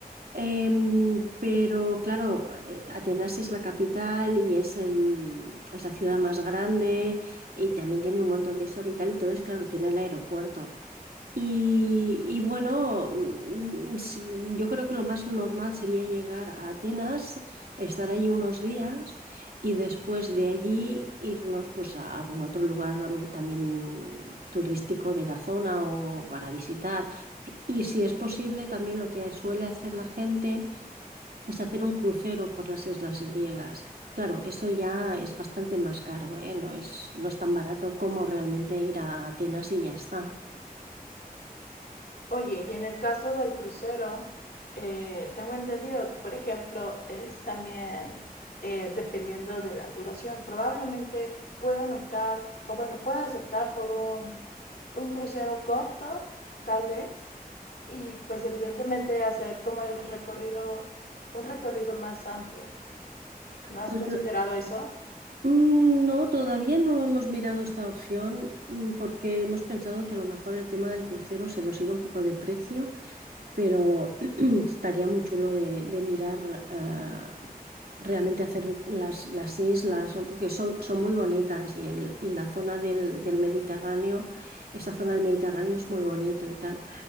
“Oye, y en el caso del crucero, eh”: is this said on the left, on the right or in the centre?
Left